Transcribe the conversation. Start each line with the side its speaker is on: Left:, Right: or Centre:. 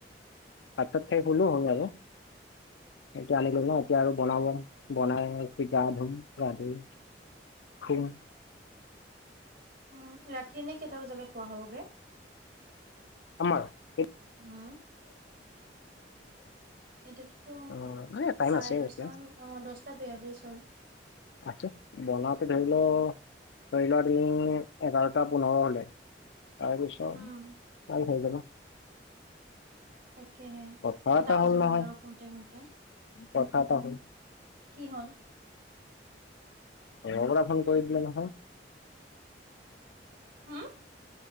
Left: ভাত ছাত খাই শুলোঁ <unintelligible> সেইটো আনিলো ন। এতিয়া আৰু বনাব বনাই সি গা ধুম, গা ধুই শুম
Right: উম ৰাতি নে কেইটা বজালৈ খোৱা হ'বগে?
Left: আমাৰ <unintelligible>
Right: উম এতিয়াতোতো
Left: অ মানে টাইম
Right: চাৰে
Left: আছে
Right: দছটা
Left: এতিয়া
Right: মান অ দহটা বিয়ালিছ হ'ল।
Left: আছোঁ বনাও। ধৰি ল ধৰি লোৱা তিন এঘাৰটা পোন্ধৰ হলে তাৰ পিছত
Right: উম
Left: আৰু হৈ যাব।
Right: তাকেহে
Left: কথা
Right: এটা বাজিবগে
Left: হ'ল নহয়
Right: আৰু শুতে শুতে।
Left: কথা এটা হ'ল
Right: কি হ'ল?
Left: এ লগৰ ল'ৰা ফোন কৰি দিলে নহয়।
Right: হম